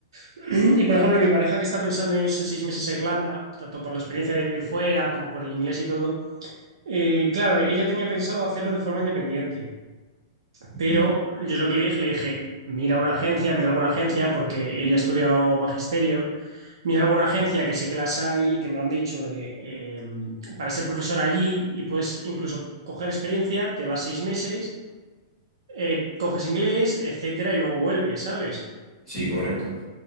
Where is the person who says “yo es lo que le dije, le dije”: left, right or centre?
Right